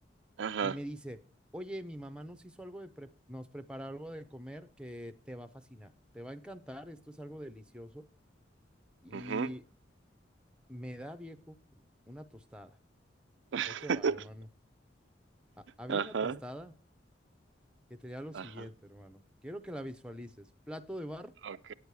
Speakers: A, on the right; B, in the centre.
A: ajá,
B: y me dice, oye, mi mamá nos hizo algo de, pre- nos preparó algo de comer que te va a fascinar, te va a encantar, esto es algo delicioso. Y
A: ujú.
B: me da, viejo, una tostada.
A: <laughs>
B: Ahí te va, hermano. Ha- había
A: Ajá,
B: una tostada que tenía lo
A: ajá,
B: siguiente, hermano. Quiero que la visualices. Plato de barro
A: ok,